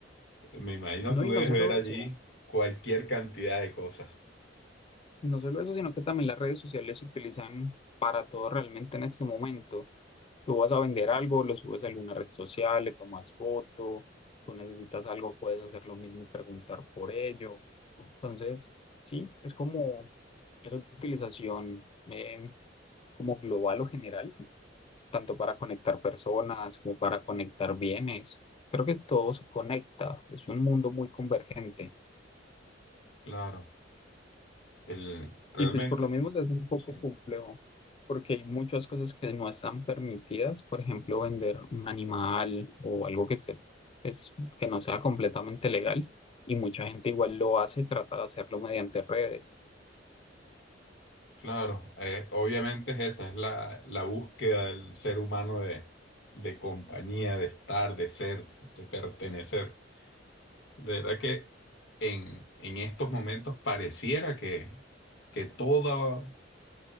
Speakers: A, on the left; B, on the left.
A: Me imagino
B: No,
A: tú
B: y no
A: debes
B: solo
A: ver allí
B: eso.
A: cualquier cantidad de cosas.
B: No solo eso, sino que también las redes sociales se utilizan para todo realmente en este momento. Tú vas a vender algo, lo subes a alguna red social, le tomas foto, tú necesitas algo, puedes hacer lo mismo y preguntar por ello. Entonces, sí, es como esa utilización eh, como global o general, tanto para conectar personas como para conectar bienes. Creo que todo se conecta, es un mundo muy convergente.
A: Claro, el, realmente,
B: Y pues por lo mismo es un poco
A: sí,
B: complejo, porque hay muchas cosas que no están permitidas, por ejemplo, vender un animal o algo que esté, pues, que no sea completamente legal, y mucha gente igual lo hace, trata de hacerlo mediante redes.
A: claro, eh, obviamente es esa, es la, la búsqueda del ser humano de, de compañía, de estar, de ser, de pertenecer. De verdad que en, en estos momentos pareciera que, que toda